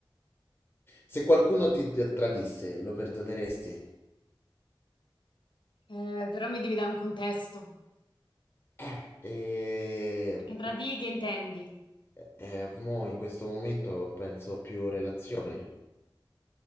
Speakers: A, on the left (about 25°); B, on the left (about 70°).
A: Se qualcuno ti t- tradisse, lo perdoneresti?
B: Eh, però mi devi dare un contesto.
A: Eh, eh,
B: Perché tra di che intendi?
A: eh, eh, mo in questo momento penso più relazioni.